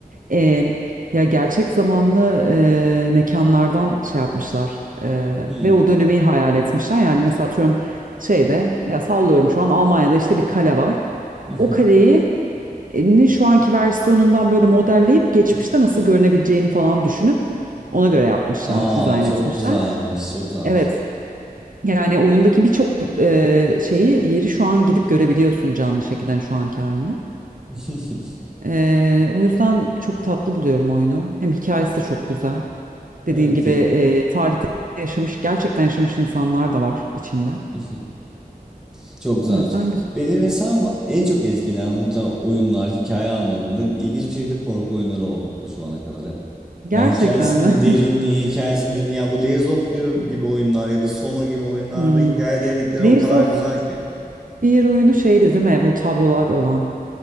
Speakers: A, on the right; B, in the centre.
A: E, ya gerçek zamanlı e, mekanlardan şey yapmışlar E,
B: hmm,
A: ve o dönemi hayal etmişler. Yani mesela atıyorum şeyde ya sallıyorum şu an Almanya'da işte bir kale var.
B: <laughs>
A: O kaleyi e, şu anki versiyonundan böyle modelleyip geçmişte nasıl görünebileceğini falan düşünüp ona göre yapmışlar,
B: Aa
A: dizayn
B: çok
A: etmişler.
B: güzelmiş çok güzelmiş.
A: Evet. Yani oyundaki birçok e, şeyi yeri şu an gidip görebiliyorsun canlı şekilde hani şu anki haline.
B: <laughs>
A: E, o yüzden çok tatlı buluyorum oyunu. Hem hikayesi de çok güzel. Dediğin
B: Evet.
A: gibi
B: ye-
A: e, tarihte yaşamış, gerçekten yaşamış insanlar da var içinde.
B: <laughs> Çok güzelmiş.
A: O yüzden güzel.
B: Beni mesela ama en çok etkileyen muhtemelen oyunlar hikaye anlamında ilginç bir şekilde korku oyunları olmuştu şu ana kadar hep.
A: Gerçekten
B: Yani hikayesinin
A: mi?
B: derinliği,
A: <laughs>
B: hikayesinin derinliği. Ya bu Layers of Fear gibi oyunlar ya da Soma gibi oyunlarda
A: Hmm.
B: hikaye derinlikleri
A: Layers
B: o kadar
A: of
B: güzel ki.
A: Fear oyunu şeydi değil mi? Bu tablolar olan.